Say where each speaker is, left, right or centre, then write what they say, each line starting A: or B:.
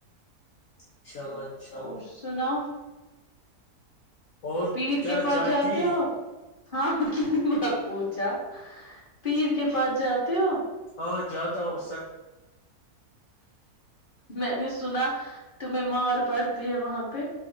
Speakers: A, on the left; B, on the left.
A: انشاء اللہ انشاء اللہ
B: اور سنا
A: اور
B: پیر
A: کیا
B: کے پاس
A: چائے
B: جاتے
A: پی
B: ہو ہاں کتنی بار پوچھا پیر کے پاس جاتے ہو
A: ہاں جاتا ہوں
B: میں نے سنا تمہیں مار پڑتی ہے وہاں پہ